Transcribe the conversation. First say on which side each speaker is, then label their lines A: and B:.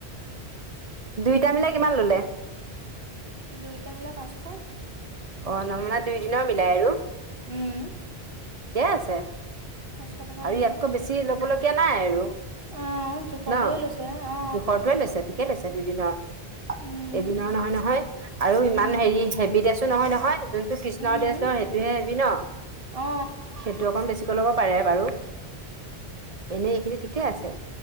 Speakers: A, on the right (about 40°); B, on the right (about 60°).
A: দুইটা মিলাই কিমান ললে।
B: দুইটা মিলাই পাঁচশ ।
A: অ নমনা দুই দিনৰ মিলাই আৰু।
B: উম।
A: ঠিকে আছে
B: পাঁচশ টকা
A: আৰু
B: লৈছে
A: ইয়াতকৈ বেছি লব লগীয়া নাই আৰু।
B: অ জোখৰটোৱে
A: ন
B: লৈছে অ
A: জোখৰটোয়ে লৈছে ঠিকে লৈছে। দিনৰ
B: উম
A: এদিনৰ নহয় নহয় আৰু ইমান
B: উম
A: হেৰি হেভি দেছো নহয় নহয় । যোনটো কৃষ্ণৰ
B: উম
A: ডেশ ন সেইটোহে হেবি ন
B: অ
A: সেইটো অকণ বেছিকৈ ল'ব পাৰে বাৰু। এনেই এইখিনি ঠিকে আছে।